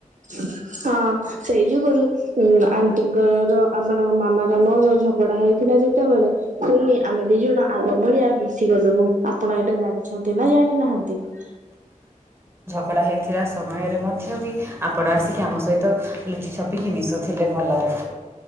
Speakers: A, on the right; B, on the right.
A: <unintelligible> ହଁ ସେଇ ଯୁଗରୁ ଉ ଆଣ୍ଟିଙ୍କର ଆପଣଙ୍କ ମାମାର ମୋର ଝଗଡା ହେଇଥିଲା ଯେ ଯେତେବେଳେ ପୁଣି ଆମେ ଦି ଜଣ ଆଗ ଭଳିଆ ମିଶି ଗଲୁନୁ ଆପଣ ଏଇଟା ଜାଣିଛନ୍ତି ନା ଜାଣିନାହା ଦୀପ
B: ପକଡ଼ା ହୋଇଥିବା ସମୟରେ ମଧ୍ୟ ବି ଆପଣ ଆସିକି ଆମ ସହିତ ଲୁଚି ଛପିକି ମିଶୁଥିଲେ ଭଲରେ